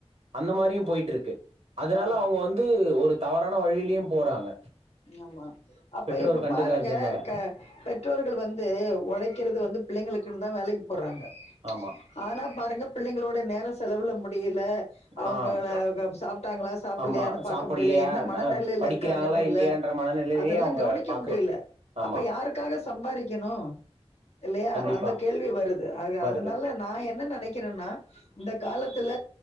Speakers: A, on the right; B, on the left.
A: அந்த மாறியும் போயிட்டு இருக்கு அதனால
B: ஆமா
A: அவுங்க வந்து ஒரு தவறான வழிலயும் போறாங்க
B: ஆமா அப்ப
A: பெற்றோர்
B: இப்ப
A: கண்டுக்காததுனால
B: பாருங்க க பெற்றோர்கள் வந்து ஒழைக்கறது வந்து பிள்ளைங்களுக்குன்னு தான் வேலைக்கு போறாங்க
A: ஆமா
B: ஆனா பாருங்க பிள்ளைங்களோட நேரம் செலவுல முடியல அவங்கள
A: ஆம்
B: சாப்ட்டாங்களா சாப்பலையானு
A: ஆமா
B: பாக்க
A: சாப்புட்லையா
B: முடியல என்ன மனநிலையில
A: அ படிக்கிறாங்களா
B: இருக்காங்கன்னு
A: இல்லையான்ற
B: க
A: மனநிலையே
B: அதல்லா
A: அவங்க
B: கவனிக்க
A: பாக்குறது
B: முடியல
A: ஆமா
B: அப்ப யாருக்காக சம்பாரிக்கணும் இல்லையா
A: கண்டிப்பா
B: அந்த கேள்வி வருது ஆக
A: வருது
B: அதனால நா என்ன நெனைக்கிறன்னா இந்த காலத்துல